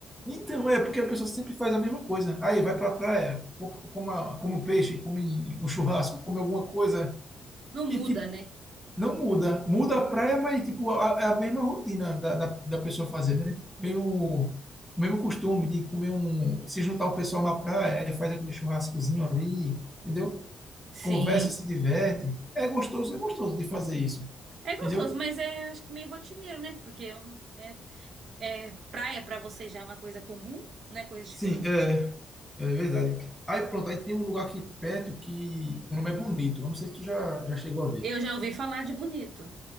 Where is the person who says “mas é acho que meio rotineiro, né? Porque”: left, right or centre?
Right